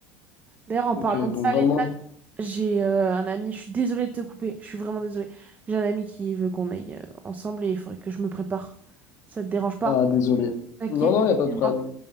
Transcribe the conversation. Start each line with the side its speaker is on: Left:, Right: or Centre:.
Right: D'ailleurs, en
Left: Ok,
Right: parlant de
Left: donc
Right: salle
Left: vraiment,
Right: et j'ai euh, un ami, je suis désolée de te couper, je suis vraiment désolée. J'ai un ami qui veut qu'on aille euh, ensemble et il faudrait que je me prépare. Ça te dérange pas?
Left: ah désolé.
Right: T'inquiète,
Left: Non, non, il n'y a pas de
Right: moi.
Left: problème.